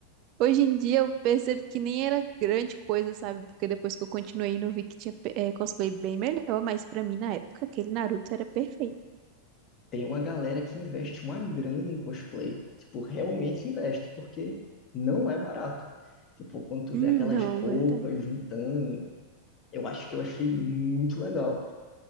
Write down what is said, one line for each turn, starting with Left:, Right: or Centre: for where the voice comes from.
Right: Hoje em dia eu percebo que nem era grande coisa, sabe? Porque depois que eu continuei, não vi que tinha eh, cosplay bem melhor, mas pra mim na época aquele Naruto era perfeito.
Left: Tem uma galera que investe uma grana em cosplay. Tipo, realmente investe, porque não é barato. Tipo, quando tu
Right: Hum,
Left: vê aquelas
Right: não,
Left: roupas
Right: verdade.
Left: juntando, eu acho que eu achei muito legal.